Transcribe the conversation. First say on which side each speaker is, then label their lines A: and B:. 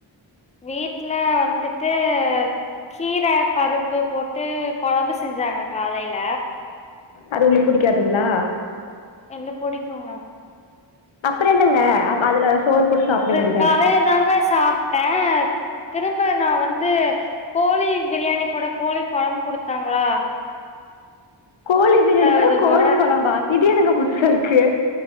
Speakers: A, on the left; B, on the left.
A: வீட்ல வந்துட்டு கீர பருப்பு போட்டு கொழம்பு செஞ்சாங்க காலேல
B: அது உங்குளுக் புடிக்காதுங்ளா
A: இல்ல புடிக்கூங்க
B: அப்புற என்னங்க அப் அதுல சோறு போட்டு சாப்ட
A: அது
B: வேண்டியதான
A: காலைய தாங்க சாப்ட்டே திரும்ப நா வந்து கோழி பிரியாணி கூட கோழி கொழம்பு குடுத்தாங்ளா
B: கோழி பிரியாணி கூட
A: ஒரு
B: கோழி
A: பொரா
B: கொழம்பா இது என்னங்க புதுசா இருக்கு